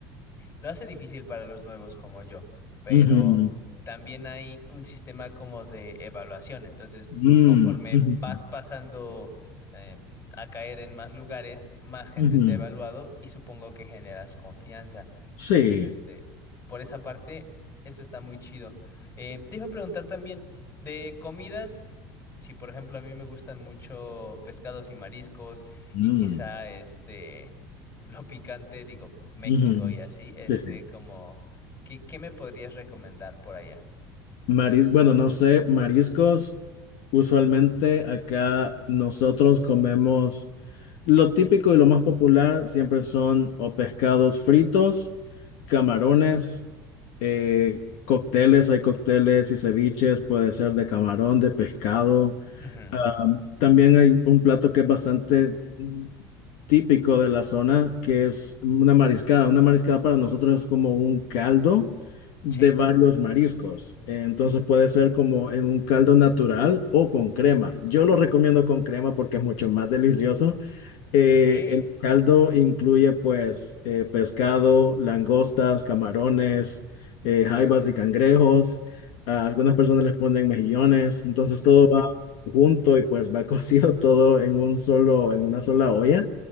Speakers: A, on the left (about 35°); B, on the left (about 70°).
A: Lo hace difícil para los nuevos como yo, pero
B: Ujú,
A: también hay un sistema como de evaluación. Entonces,
B: mm,
A: conforme
B: ujú,
A: vas pasando eh, a caer en más lugares, más gente
B: ujú.
A: te ha evaluado y supongo que generas confianza.
B: Sí.
A: Entonces, este, por esa parte, eso está muy chido. Eh, te iba a preguntar también de comidas. Sí, por ejemplo, a mí me gustan mucho pescados y mariscos
B: Mm,
A: y quizá este <laughs> lo picante, digo, México
B: ujú.
A: y así, este
B: Sí, sí.
A: como ¿qué, qué me podrías recomendar por allá?
B: Maris, bueno, no sé, mariscos, usualmente acá nosotros comemos lo típico y lo más popular siempre son o pescados fritos, camarones. eh, cócteles, hay cócteles y ceviches, puede ser de camarón, de pescado.
A: Ujú,
B: Ah, también hay un plato que es bastante mm, típico de la zona, que es una mariscada. Una mariscada para nosotros es como un caldo de
A: Sí,
B: varios mariscos. Entonces puede ser como en un caldo natural o con crema. Yo lo recomiendo con crema porque es mucho más delicioso. Eh,
A: ok.
B: el caldo incluye pues eh, pescado, langostas, camarones, eh, jaibas y cangrejos. A algunas personas les ponen mejillones, entonces todo va junto y pues va <laughs> cocido todo en un solo, en una sola olla.